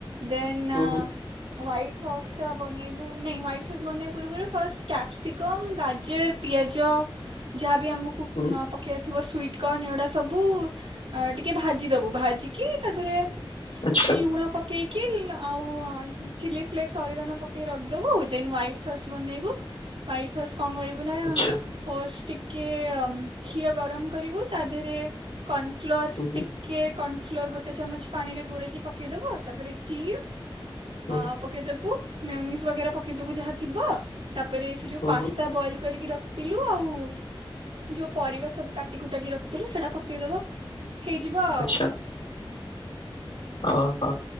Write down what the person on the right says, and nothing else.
ଦେନ୍ ହ୍ୱାଇଟ୍
ସସ୍ ଟା ବନେଇବୁ। ନାଇଁ ହ୍ୱାଇଟ୍ ସସ୍ ବନେଇବା ପୂର୍ବରୁ ଫାଷ୍ଟ କ୍ୟାପ୍ସି କମ୍ ଗାଜର ପିଆଜ ଯା ବି ଆମକୁ
ପକେଇବାର ଥିବ। ସ୍ବିଟକର୍ନ ଏଗୁଡା ସବୁ ଟିକେ ଭାଜି ଦବୁ ଭାଜିକି ତା ଦେହରେ
ଏ ଲୁଣ ପକେଇ ଆଉ ଚିଲି ଫ୍ଲେକ୍ସ ଅରିଗାନୋ ପକେଇ ର ଦେନ୍ ହ୍ୱାଇଟ ସସ୍ ବନେଇବୁ ହ୍ୱାଇଟ ସସ୍ କଣ କରିବୁ ନା
ଫଷ୍ଟିକ କି କ୍ଷୀର ଗରମ କରିବୁ ତା ଦେହରେ କନଫ୍ଲୋର
ଟିକେ କର୍ଣ ଫ୍ଲୋର ଗୋଟେ ଚାମଚ ପାଣି ରେ ଗୋଳେଇକି ପକେଇଦବ ତାପରେ ଚିଜ
ଅ ପକେଇ ଦବୁ। ମିନ୍ୟୁଷ ପକେଇଦବୁ ଯାହା ଥିବ। ତାପରେ ସେ ଯୋଉ
ପାସ୍ତା
ବଏଲ କରିକି ରଖିଥିଲୁ ଆଉ ଯୋଉ ପରିବିବା ସବୁ କାଟି କୁଟାକି ରଖିଥିଲୁ ସେଟା ପକେଇଦବ। ହେଇଯିବ ଆଉ।